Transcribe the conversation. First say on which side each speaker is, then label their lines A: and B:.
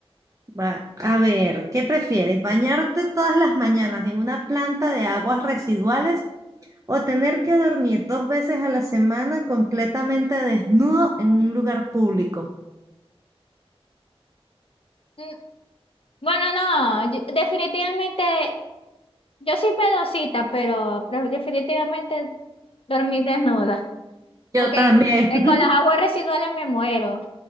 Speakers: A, on the right; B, on the left.
A: Va, a ver, ¿qué prefieres? ¿Bañarte todas las mañanas en una planta de aguas residuales o tener que dormir dos veces a la semana completamente desnudo en un lugar público?
B: Mm, Bueno, no, yo- definitivamente, yo soy pedosita, pero, pero definitivamente dormí desnuda,
A: Yo
B: porque
A: también.
B: eh,
A: <laughs>
B: con las aguas residuales me muero.